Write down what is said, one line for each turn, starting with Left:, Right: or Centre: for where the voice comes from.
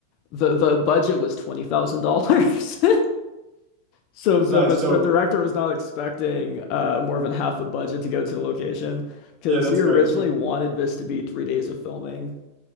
Left: The the budget was $20,000. <laughs> So, so,
Right: Nice.
Left: but
Right: So
Left: the director was not expecting uh, more than half a budget to go to the location because
Right: yeah, that's
Left: he
Right: crazy.
Left: originally wanted this to be three days of filming.